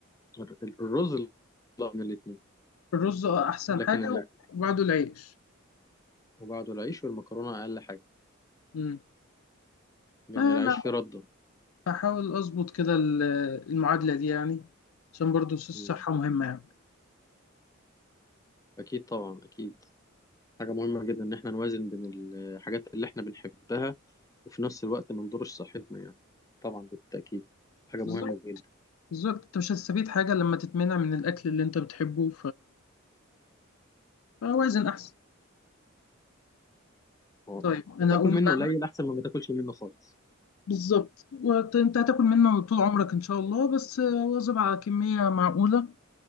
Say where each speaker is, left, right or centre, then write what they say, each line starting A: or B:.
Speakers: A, on the left (about 15°); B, on the left (about 85°).
A: الر- الرز لا من الاثنين
B: الرز آه، أحسن
A: لكن
B: حاجة
A: لا
B: وبعده العيش
A: وبعده العيش والمكرونه اقل حاجه
B: مم.
A: لان
B: أنا
A: العيش فيه رده
B: بحاول أظبط كده ال- المعادلة دي يعني عشان برضه الصحة
A: مم.
B: مهمة يعني
A: اكيد طبعا اكيد حاجه مهمه جدا ان احنا نوازن بين الحاجات <hesitation> اللي احنا بنحبها وفي نفس الوقت ما نضرش صحتنا يعني طبعا بالتاكيد حاجه مهمه
B: بالظبط
A: جدا
B: بالظبط أنت مش هتستفيد حاجة لما تتمنع من الأكل اللي أنت بتحبه اوازن احسن
A: اه
B: طيب انا
A: تاكل
B: اقوم
A: منه
B: بقى
A: قليل احسن ما ما تاكلش منه خالص
B: بالظبط وقت- انت هتاكل منه طول عمرك ان شاء الله بس واظب على كميه معقوله